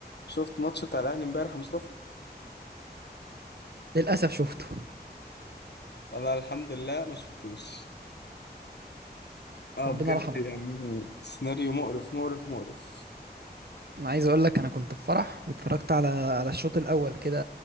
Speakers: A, on the left; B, on the right.
A: شفت ماتش بتاع الاهلي امبارح يا مصطفى
B: للأسف شفته
A: انا الحمد لله ما شفتوش اه
B: ربنا
A: بجد
B: رحمه
A: يعني سيناريو مقرف مقرف مقرف
B: أنا عايز أقول لك أنا كنت في فرح واتفرجت على على الشوط الأول كده